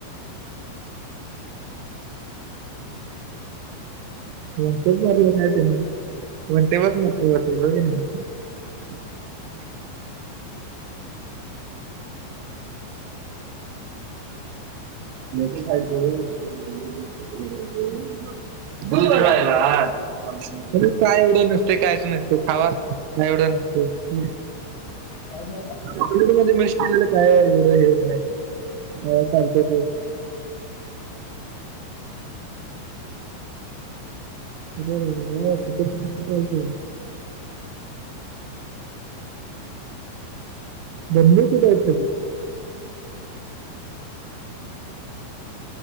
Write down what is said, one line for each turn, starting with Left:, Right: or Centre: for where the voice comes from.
Right: वंटेच मारले नाहीते नाही वंटेवर मारले होते बघ नाही <unintelligible> <unintelligible> <unintelligible> मॅगी खायच <unintelligible> <unintelligible> काय एवढं नसते कायच नसते खावा काय एवढं हो ह.
Left: काय झालं
Right: <unintelligible> मध्ये मिळू श आपल्याला काय एवढं हे होत नाही, त्यामुळं चालत ते अरे <inaudible>
Left: एवढं
Right: ब क काय त